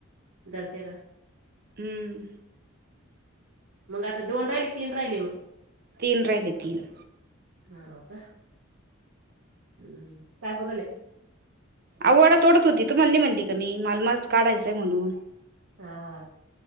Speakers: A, on the right; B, on the right.
A: धरत्या का
B: हम्म
A: मग आता दोन राहिले तीन राहिले मग
B: तीन राहिले तीन
A: हाव का ह काय करू राहिले
B: आव वाडा तोडत होती तू मल्ली मल्ली कमी मालमस्त काढायचाय म्हणून
A: हा हा